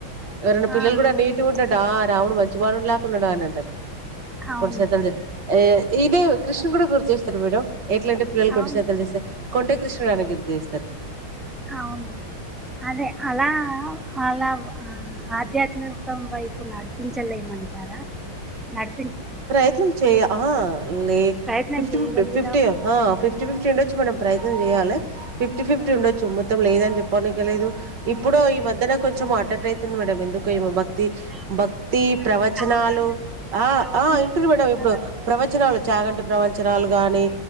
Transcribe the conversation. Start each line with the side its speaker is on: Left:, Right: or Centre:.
Right: ఎవరన్న
Centre: ఆ,
Right: పిల్లలు కూడా
Centre: అవును
Right: నీ అంటడా రాముడు మంచి బాలుడు లేకుంన్నాడా అని అంటారు
Centre: అవును
Right: కొడ్ సతలజ ఏ ఇదే కృష్ణుని కూడా గుర్తు చేస్తారు మేడం ఎట్లంటే పిల్లలు కొంటే
Centre: అవును
Right: చేతాలు చేస్తే కొంటే కృష్ణుడు అని గిర్తు చేస్తరు
Centre: అవును అదే అలా అలా ఆ ఆధ్యాత్మికం వైపు నడిపించలేమంటారా నడు
Right: ప్రయత్నం చేయ ఆ లే
Centre: ప్రయత్నం
Right: ఫిఫ్టీ
Centre: చేయగలుగుదాం
Right: ఫి <unintelligible> ఫిఫ్టీ హా ఫిఫ్టీ ఫిఫ్టీ ఉండొచ్చు మేడం ప్రయత్నం చేయ్యాలె ఫిఫ్టీ ఫిఫ్టీ
Centre: ఉమ్,
Right: ఉండచ్చు మొత్తం లేదని చెప్ పోనీకలేదు ఇప్పుడు ఈ మధ్యన కొంచెం ఆట్టటైతుంది మేడం ఎందుకు ఏమో భ క్తి
Centre: ఆ
Right: భక్తి
Centre: బట్
Right: ప్రవచనాలు
Centre: చాలా మంది
Right: ఆ
Centre: ప్రవచనాలు
Right: ఆ ఇంటుర్రు మేడం
Centre: వినగలుగుతారు
Right: ఇప్పుడు ప్రవచనాలు
Centre: కదా
Right: చాగంటి ప్రవచనాలు గానీ